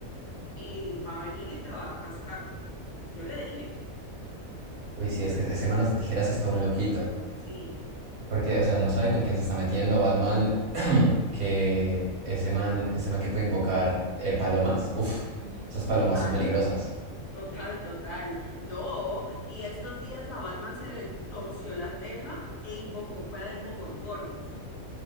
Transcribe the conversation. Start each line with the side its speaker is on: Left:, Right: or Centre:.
Left: Y va a venir y te va a cascar. Yo le dije,
Right: Uy, sí, es que ese Manos de Tijeras es todo un loquito,
Left: sí,
Right: porque, o sea, no sabe con quién se está metiendo. Batman, <clears throat> que ese man, ese man que puede invocar eh, palomas, uff,
Left: <laughs>
Right: esas palomas
Left: total.
Right: son peligrosas.
Left: Total, total. No, y estos días a Batman se le torció la teja e invocó fue a Demogorgones.